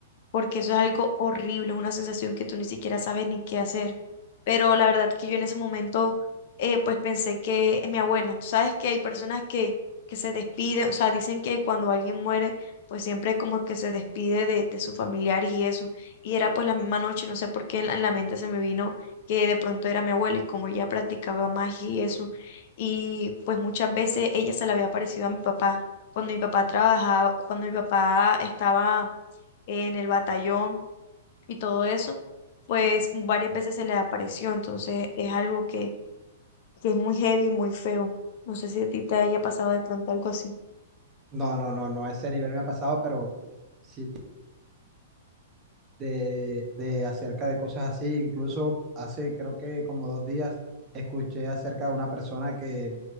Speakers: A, on the left (about 50°); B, on the right (about 25°).
A: porque eso es algo horrible, es una sensación que tú ni siquiera sabes ni qué hacer. Pero la verdad que yo en ese momento, eh, pues pensé que mi abuela, tú sabes que hay personas que, que se despiden, o sea, dicen que cuando alguien muere, pues siempre como que se despide de, de su familiar y eso. Y era pues la misma noche, no sé por qué en la, en la mente se me vino que de pronto era mi abuela y como ella practicaba magia y eso, y pues muchas veces ella se le había parecido a mi papá. Cuando mi papá trabajaba, cuando mi papá estaba en el batallón y todo eso, pues varias veces se les apareció, entonces es algo que, que es muy heavy, y muy feo. No sé si a ti te haya pasado de pronto algo así,
B: No, no, no, no a ese nivel me ha pasado, pero sí de, de acerca de cosas así. Incluso hace creo que como dos días escuché acerca de una persona que